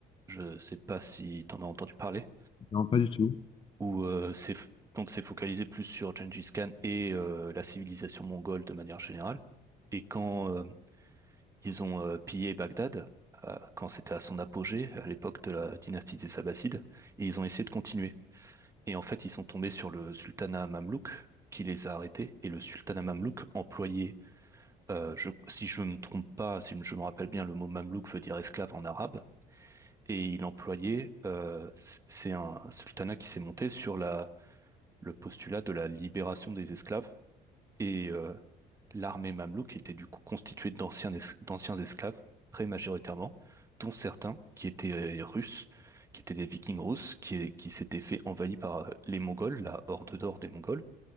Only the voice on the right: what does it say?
Je sais pas si tu en as entendu parler.
où euh, c'est donc c'est focalisé plus sur Gengis Khan et euh, la civilisation mongole de manière générale. Et quand euh, ils ont euh, pillé Bagdad, euh, quand c'était à son apogée, à l'époque de la dynastie des Abbassides, et ils ont essayé de continuer. Et en fait, ils sont tombés sur le sultanat mamelouk qui les a arrêtés. Et le sultanat mamelouk employait, euh, je- si je ne me trompe pas, si je me rappelle bien, le mot mamelouk veut dire esclave en arabe. Et il employait, euh, c- c'est un un sultanat qui s'est monté sur la, le postulat de la libération des esclaves. Et euh, l'armée mamelouk était du coup constituée d'anciens es- d'anciens esclaves, très majoritairement, dont certains qui étaient euh, russes, qui étaient des vikings russes, qui, qui s'étaient fait envahir par euh, les Mongols, la horde d'or des Mongols,